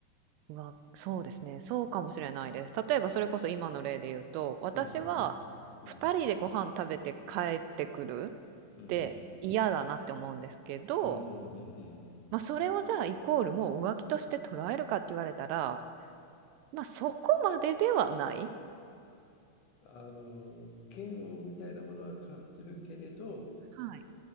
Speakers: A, on the right (about 45°); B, on the left (about 40°).
A: うわ、そうですね。そうかもしれないです。例えばそれこそ今の例で言うと、私は2人でご飯食べて帰ってくる
B: うん。うん。うん。
A: って嫌だなって思うんですけど、
B: うん。うん。うん。うん
A: まあ、それをじゃあイコールもう浮気として捉えるかって言われたら、まあ、そこまでではない。
B: あの、嫌悪みたいなものは感じるけれど、
A: はい。